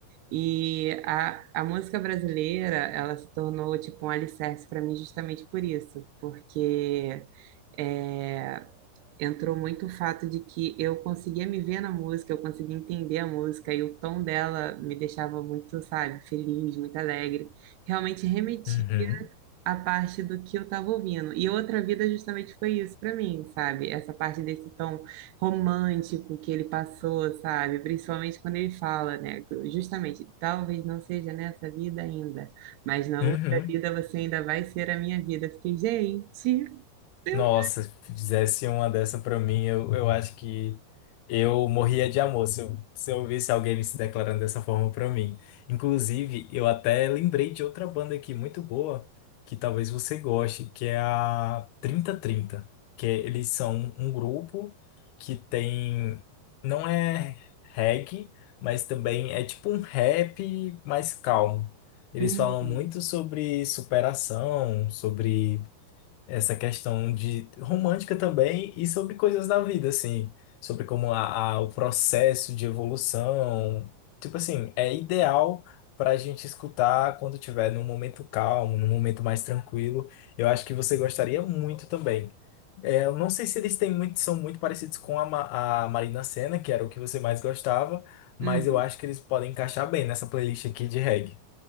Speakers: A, on the right; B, on the left.
A: E a, a música brasileira, ela se tornou, tipo, um alicerce para mim justamente por isso, porque é, entrou muito o fato de que eu conseguia me ver na música, eu conseguia entender a música e o tom dela me deixava muito, sabe, feliz, muito alegre. Realmente remeti
B: Uhum.
A: à parte do que eu estava ouvindo. E Outra Vida justamente foi isso para mim, sabe? Essa parte desse tom romântico que ele passou, sabe? Principalmente quando ele fala, né? Justamente, talvez não seja nessa vida ainda, mas na
B: Uhum.
A: outra vida você ainda vai ser a minha vida. Eu fiquei, gente, eu...
B: Nossa, se fizesse uma dessa pra mim, eu, eu acho que eu morria de amor se eu, se eu visse alguém me se declarando dessa forma pra mim. Inclusive, eu até lembrei de outra banda aqui muito boa, que talvez você goste, que é a trinta trinta que é, eles são um grupo que tem, não é reggae, mas também é tipo um rap mais calmo. Eles
A: Hum.
B: falam muito sobre superação, sobre essa questão de romântica também e sobre coisas da vida, assim, sobre como a, a- o processo de evolução, tipo assim, é ideal para a gente escutar quando tiver num momento calmo, num momento mais tranquilo. Eu acho que você gostaria muito também. É, eu não sei se eles têm muito, são muito parecidos com a, Ma- a Marina Sena, que era o que você mais gostava, mas
A: Hum.
B: eu acho que eles podem encaixar bem nessa playlist aqui de reggae.